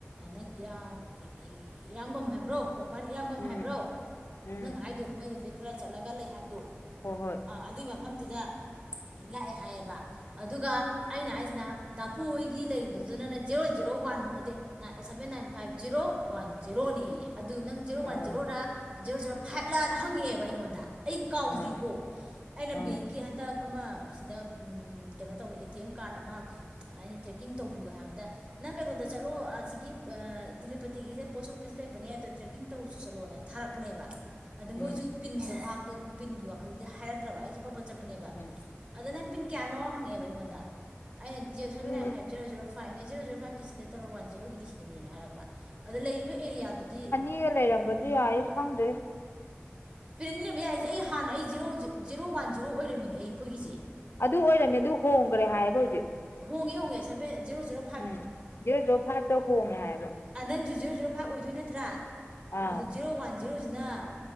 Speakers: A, on the right (about 25°); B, on the left (about 60°).
A: ꯅꯪ ꯏꯔꯥꯡ ꯏꯔꯥꯡꯕꯝ ꯍꯥꯏꯕ꯭ꯔꯣ ꯀꯣꯡꯄꯥꯟ ꯏꯔꯥꯡꯕꯝ
B: ꯎꯝ
A: ꯍꯥꯏꯕ꯭ꯔꯣ
B: ꯎꯝ
A: ꯅꯪ ꯍꯥꯏꯗꯣ ꯅꯣꯏꯔꯣꯝꯗꯩ ꯈꯔ ꯆꯠꯂꯒ ꯂꯩ ꯍꯥꯏꯕꯗꯣ
B: ꯍꯣꯏ ꯍꯣꯏ
A: ꯑꯗꯨꯒꯤ ꯃꯐꯝꯗꯨꯗ ꯂꯥꯛꯑꯦ ꯍꯥꯏꯌꯦꯕ ꯑꯗꯨꯒ ꯑꯩꯅ ꯍꯥꯏꯁꯤꯅ ꯗꯥꯄꯨ ꯍꯣꯏꯒꯤ ꯂꯩꯔꯤꯕ ꯑꯗꯨꯗꯨꯅ ꯖꯤꯔꯣ ꯖꯦꯔꯣ ꯋꯥꯟ ꯑꯗꯦ seven nine five zero one ꯖꯤꯔꯣꯅꯦꯌꯦ ꯑꯗꯨ ꯅꯪ ꯖꯦꯔꯣ
B: ꯑꯣ
A: ꯋꯥꯟ ꯖꯦꯔꯣꯔꯥ ꯖꯦꯔꯣ ꯖꯦꯔꯣ ꯐꯥꯏꯕꯂꯥꯅ ꯍꯪꯉꯦꯕ ꯑꯩꯉꯣꯟꯗ ꯑꯩꯅ ꯀꯥꯎꯗ꯭ꯔꯤꯀꯣ
B: ꯑꯥ
A: ꯑꯩꯅ
B: ꯑꯥ
A: ꯕꯦꯡꯀꯤ ꯍꯟꯇꯛ ꯑꯃ ꯁꯤꯗ ꯀꯩꯅꯣ ꯇꯧꯋꯤ ꯑꯦ ꯇꯤ ꯑꯦꯝ ꯀꯥꯔꯗ ꯑꯃ ꯑꯩꯅ ꯇ꯭ꯔꯦꯛꯀꯤꯡ ꯇꯧꯕꯤꯌꯨ ꯍꯥꯏꯕꯗ ꯅꯪ ꯀꯩꯅꯣꯗ ꯆꯠꯂꯣ ꯑꯁꯤꯒꯤ ꯇꯤꯂꯄꯇꯤꯒꯤꯁꯦ ꯄꯣꯁ ꯑꯣꯐꯤꯁ ꯂꯩꯕꯅꯦ ꯑꯗꯨꯗꯣ ꯇ꯭ꯔꯦꯛꯀꯤꯡ ꯇꯧꯔꯨꯁꯨ ꯆꯠꯂꯣ <unintelligible> ꯊꯥꯔꯛꯄꯅꯦꯕ ꯑꯗ ꯃꯣꯏꯁꯨ
B: ꯎꯝ
A: ꯄꯤꯟꯗ ꯚꯥꯕꯇꯣ ꯄꯤꯟꯒꯤ ꯋꯥꯈꯜꯗꯤ ꯍꯥꯏꯔꯛꯇ꯭ꯔꯕ ꯑꯩꯁꯦ ꯄꯕ ꯆꯠꯄꯅꯦꯕ
B: ꯎꯝ
A: ꯑꯗ ꯅꯪ ꯄꯤꯟ ꯀꯌꯥꯅꯣ ꯍꯪꯉꯛꯦꯕ ꯑꯩꯉꯣꯟꯗ ꯑꯩꯅ ꯖꯤꯞ ꯁꯕꯦꯟ
B: ꯑꯗꯨꯗꯤ
A: ꯅꯥꯏꯟ ꯐꯥꯏꯚ ꯖꯦꯔꯣ ꯖꯔꯣ ꯐꯥꯏꯚꯅꯦ ꯖꯦꯔꯣ ꯖꯔꯣ ꯐꯥꯏꯚꯀꯤ ꯁꯤꯗ ꯇꯧꯔꯣ ꯋꯥꯟ ꯖꯦꯔꯣꯒꯤꯗꯤ ꯁꯤꯗꯅꯦꯅ ꯍꯥꯏꯔꯛꯄ ꯑꯗꯣ ꯂꯩꯔꯤꯕ ꯑꯦꯔꯤꯌꯥꯗꯨꯗꯤ
B: ꯃꯤꯒ ꯂꯩꯔꯝꯕꯗꯤ ꯌꯥꯏ ꯈꯪꯗꯦ
A: ꯄꯦꯔꯦꯟ ꯂꯩꯔꯃꯦ ꯌꯥꯏꯁꯦ ꯑꯩ ꯍꯥꯟꯅ ꯑꯩ ꯖꯔꯣ ꯖꯦꯔꯣ ꯋꯥꯟ ꯖꯦꯔꯣ ꯑꯣꯏꯔꯝꯃꯤꯅꯦ ꯑꯩꯈꯣꯏꯒꯤꯁꯦ
B: ꯑꯗꯨ ꯑꯣꯏꯔꯝꯃꯦ ꯑꯗꯨ ꯍꯣꯡꯈ꯭ꯔꯦ ꯍꯥꯏꯌꯦꯕ ꯍꯧꯖꯤꯛ
A: ꯍꯣꯡꯉꯦ ꯍꯣꯡꯉꯦ ꯁꯦꯕꯦꯟ ꯖꯤꯔꯣ ꯖꯤꯔꯣ
B: ꯎꯝ ꯗꯦꯔ ꯖꯣ ꯐꯥꯏꯚꯇ ꯍꯣꯡꯉꯦ ꯍꯥꯏꯕ
A: ꯅꯪꯁꯨ ꯖꯤꯔꯣ ꯖꯤꯔꯣ ꯐꯥꯏꯚ ꯑꯣꯏꯗꯣꯏ ꯅꯠꯇ꯭ꯔꯥ
B: ꯑꯥ
A: ꯑꯗꯣ ꯖꯤꯔꯣ ꯋꯥꯟ ꯖꯤꯔꯣꯁꯤꯅ